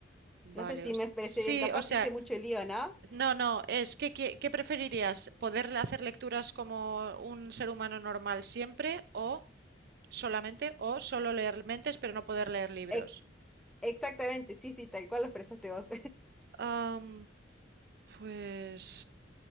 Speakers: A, in the centre; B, on the right.
A: No
B: Vale,
A: sé si
B: os-
A: me expresé
B: sí,
A: bien, capaz
B: o
A: te
B: sea,
A: hice mucho lío, ¿no?
B: no, no, es que ¿qué, qué preferirías? ¿Poder hacer lecturas como un ser humano normal siempre o solamente o solo leer mentes pero no poder leer libros?
A: Ex- exactamente, sí, sí, tal cual lo expresaste vos.
B: Am, pues